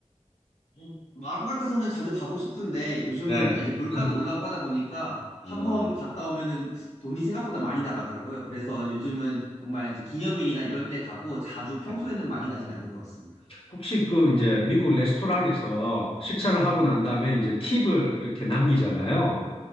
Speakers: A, on the left; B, on the left.
A: 어, 마음 같아서는 자주 가고 싶은데 요즘은
B: 네.
A: 이제 물가도
B: <laughs>
A: 올랐고 하다 보니까
B: 아,
A: 한 번 갔다 오면은 돈이 생각보다 많이 나가더라고요. 그래서 요즘은 정말 이제 기념일이나 이런 때 가고 자주 평소에는
B: 네.
A: 많이 가진 않는 것 같습니다.
B: 혹시 그 이제 미국 레스토랑에서 식사를 하고 난 다음에 이제 팁을 이렇게 남기잖아요.